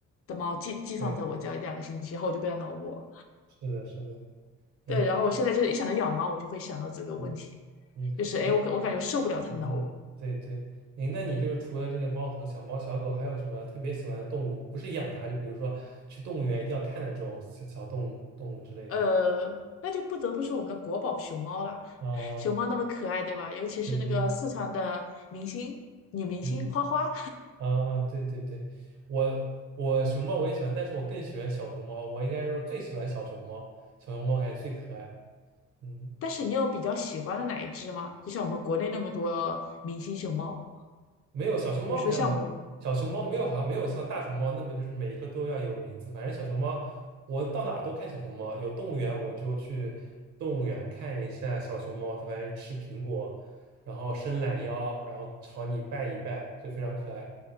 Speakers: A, on the left; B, on the right.
A: 的猫寄寄放在我家两个星期后，
B: 对，
A: 我就被它挠过。
B: 是的，是的，哎，
A: 对，然后我现在就是一想到养猫，我就会想到这个问题，
B: 嗯嗯。
A: 就是哎，
B: 哎。
A: 诶我感我感觉受不了它挠我，
B: 嗯嗯，对对，诶，那你就是除了这个猫和小猫、小狗，还有什么特别喜欢的动物？不是养它，就比如说去动物园一定要看的这种小小动物、动物之类的。
A: 呃，那就不得不说我们的国宝熊猫啦，
B: 啊，
A: 熊猫那么可爱，对吧？尤其是那个四川的明星女明星花花，
B: 对对对，嗯，啊，对对对，我我熊猫我也喜欢，但是我更喜欢小熊猫，我应该是说最喜欢小熊猫，小熊猫感觉最可爱。嗯。
A: 但是你有比较喜欢的哪一只吗？就像我们国内那么多明星熊猫，
B: 没有小熊猫好像小熊猫没有好像没有像大熊猫那么就是每一个都要有名字，
A: 比如说像我，
B: 反正小熊猫我到哪儿都看小熊猫，有动物园我就去动物园看一下小熊猫，它反正吃苹果，然后伸懒腰，然后朝你拜一拜，就非常可爱。